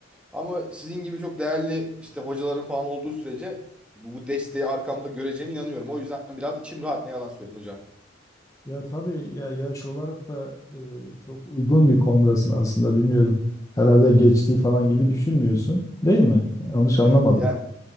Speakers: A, in the centre; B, on the left.
A: Ama sizin gibi çok değerli işte hocaların falan olduğu sürece bu, bu desteği arkamda göreceğime inanıyorum. O yüzden biraz içim rahat ne yalan söyleyeyim hocam.
B: Ya tabii ya yaş olarak da e, çok uygun bir konumdasın aslında bilmiyorum. Herhalde geçtiği falan gibi düşünmüyorsun, değil mi? Yanlış anlamadım.
A: <laughs> Yani